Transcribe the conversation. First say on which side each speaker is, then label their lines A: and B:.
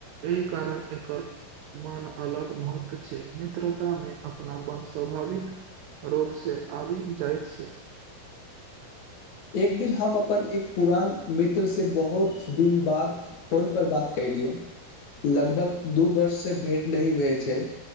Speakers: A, on the right (about 80°); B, on the left (about 65°).
A: एहि कारण एकर मन अलग महत्व छै मित्रता मे अपनापन स्वाभाविक रूप से आबि जाइत छी
B: एक दिन हम अपन एक पुरान मित्र से बहुत दिन बाद फोन पर बात कैलियै लगभग दू वर्ष से भेंट नहि भेल छल